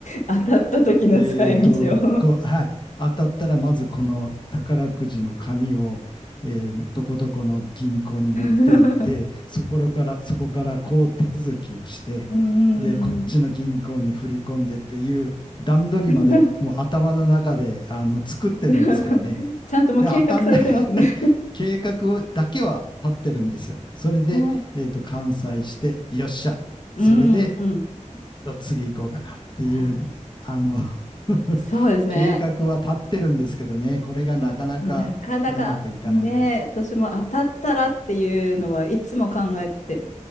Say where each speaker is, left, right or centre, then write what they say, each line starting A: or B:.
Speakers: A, on the left; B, on the left.
A: 当たった時の使い道を
B: えーと、こう、はい。当たったら、まずこの宝くじの紙を、えーどこどこの銀行に持って行って、
A: <laughs>
B: そこから、そこからこう手続きをして、
A: うん
B: で、こっちの銀行に振り込んでっていう段取りまで、
A: うんうんうん
B: もう頭の中で、あの、作ってるんですけどね。
A: <laughs> ちゃんともう計画されてますね
B: で、当たんない <laughs> 計画をだけは立ってるんですよ。それで、
A: <laughs> うん
B: えーと、完済して、よっしゃ。
A: うんうん。
B: それで、じ次行こうかなっていう、
A: あ
B: あの <laughs>
A: そうですね。
B: 計画は立ってるんですけどね、これがなかなかうまくいかないって。
A: なかなかね、私も当たったらっていうのはいつも考えてて、